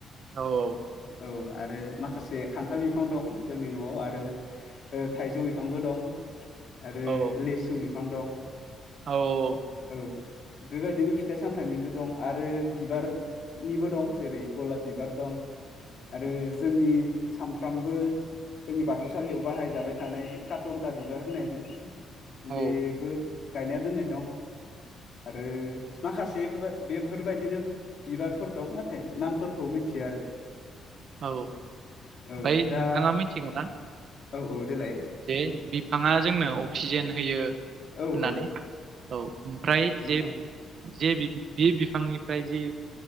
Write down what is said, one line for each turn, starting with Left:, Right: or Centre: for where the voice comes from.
Right: औ औ
Left: औ आरो माखासे खान्थाल बिफां दं जोंनि नआव आरो ओ थाइजौ बिफांबो दं आरो
Right: औ
Left: लेसु बिफां दं
Right: औ
Left: औ बेबायदिनो फिथाइ सामथाइनिबो दं आरो बिबारनिबो दं जेरै गलाब बिबार दं दं आरो जोंनि सामफ्रामबो जोंनि बाथौसालियाव बाहायजाबाय थानाय कारटनटा बिबार होननाय दों
Right: औ
Left: बेबो गायनाया दोननाय दं आरो माखासे <unintelligible> बेफोरबायदिनो बिबारफोर दं नाथाय नामफोरखौ मिथ थिया आरो
Right: औ ओमफाय
Left: औ दा
Right: नोंथाङा मिथिगौ ना
Left: औ औ देलाय
Right: जे बिफाङा जोंनो अक्सिजेन होयो होननानै
Left: औ औ
Right: औ ओमफ्राय
Left: बिफां
Right: जे जे बि बे बिफांनिफ्राय जे